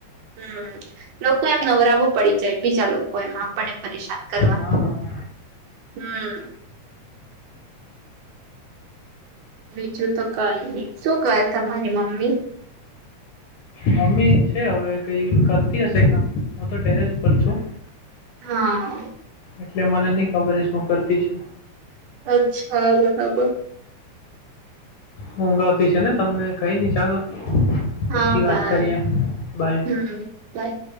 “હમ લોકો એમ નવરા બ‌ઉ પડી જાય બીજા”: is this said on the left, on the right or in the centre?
Right